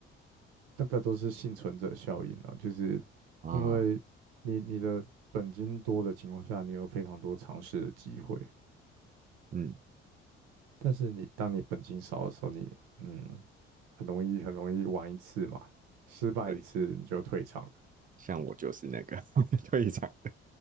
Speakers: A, on the right; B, on the right.
A: 那个都是幸存者效应啊，就是因为你你的本金多的情况下，
B: 啊，
A: 你有非常多尝试的机会，
B: 嗯，
A: 但是你当你本金少的时候，你嗯很容易很容易玩一次嘛，失败一次你就退场了。
B: 对，像我就是那个 <laughs> 退场的，